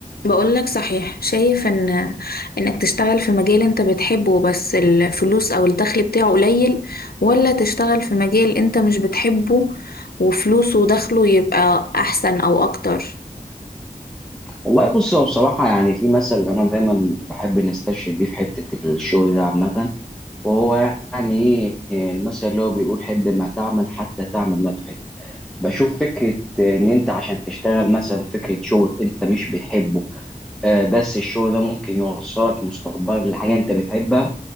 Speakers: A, on the left; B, in the centre.
A: بقول لك صحيح شايف ان انك تشتغل في مجال انت بتحبه بس الفلوس او الدخل بتاعه قليل ولا تشتغل في مجال انت مش بتحبه وفلوسه ودخله يبقى احسن او اكتر
B: والله بص هو بصراحة يعني في مثل أنا دايما بحب نستشهد بيه في حتة الشغل ده عامة وهو يعني إيه المثل اللي هو بيقول حب ما تعمل حتى تعمل ما تحب بشوف فكرة إن أنت عشان تشتغل مثلا فكرة شغل أنت مش بتحبه آه، بس الشغل ده ممكن يوصلك مستقبلك لحاجة أنت بتحبها